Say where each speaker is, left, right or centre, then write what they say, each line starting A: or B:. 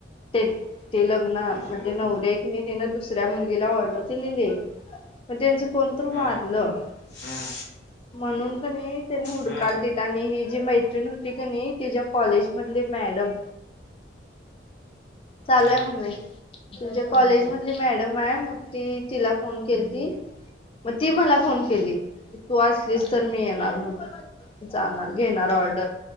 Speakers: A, on the left; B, on the left.
A: ते ते लग्न
B: दुसरी
A: म्हणजे
B: जाऊ
A: नवरे दुसऱ्या मुलगीला ऑर्डर दिलेली पण त्यांच कोण तर
B: हां
A: वारलं
B: हां
A: म्हणून का नाही त्याने हुडकाल
B: हां
A: ते आणि ही जी मैत्रिण होती का नाही तिच्या कॉलेज मधली मॅडम चालू
B: हां
A: आहे मम्मी. तुमच्या कॉलेज मधली मॅडम आहे मग ती तिला फोन केलती. मग ती मला फोन केली. तू असलीस तर मी येणार म्हणून जाणार घेणार
B: अ-
A: ऑर्डर.